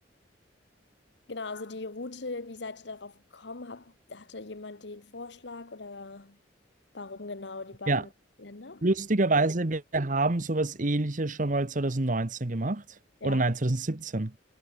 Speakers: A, on the left; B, on the right.
A: genau, also die Route, wie seid ihr darauf gekommen? Hab, hatte jemand den Vorschlag oder warum genau die beiden
B: Ja,
A: Länder?
B: lustigerweise, wir haben sowas Ähnliches schon mal 2019 gemacht.
A: Ja.
B: Oder nein, 2017.